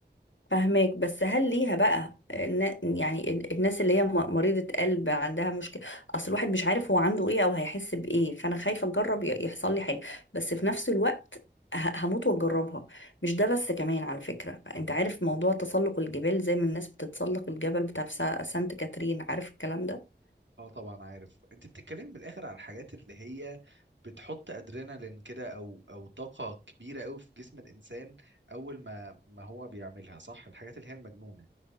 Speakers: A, on the left; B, on the right.
A: فهماك بس هل ليها بقى النا- يعني ال- الناس اللي هي م- مريضة قلب عندها مشكلة اصل الواحد مش عارف هو عنده ايه او هيحس بايه فانا خايفة اجرب ي- يحصل لي حاجة بس في نفس الوقت ه- هموت واجربها مش ده بس كمان على فكرة انت
B: مم.
A: عارف موضوع تسلق الجبال زي ما الناس بتتسلق الجبل بتاع سا- سانت كاترين عارف الكلام ده
B: اه طبعا عارف انت بتتكلمي من الآخر على الحاجات اللي هي بتحط ادرينالين كده او او طاقة كبيرة قوي في جسم الانسان اول ما ما هو بيعملها صح الحاجات اللي هي المجنونة